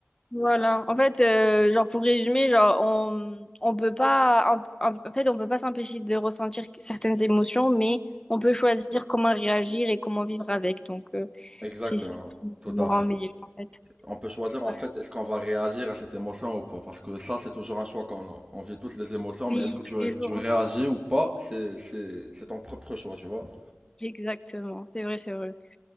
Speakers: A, on the left; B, on the right.
A: Voilà. En fait, euh, genre pour résumer, genre on on peut pas en, en- en fait on peut pas s'empêcher de ressentir certaines émotions, mais on peut choisir comment réagir et comment vivre avec. Donc euh,
B: Exactement,
A: c'est ça qui
B: tout
A: nous
B: à
A: rend
B: fait.
A: meilleurs en fait.
B: on peut choisir en
A: Ouais.
B: fait est-ce qu'on va réagir à cette émotion ou pas. Parce que ça, c'est toujours un choix qu'on a. On vit tous des émotions,
A: Oui,
B: mais est-ce que tu,
A: tous
B: ré-
A: les jours.
B: tu réagis
A: hein.
B: ou pas, c'est, c'est, c'est ton propre choix, tu vois.
A: Exactement. C'est vrai, c'est vrai.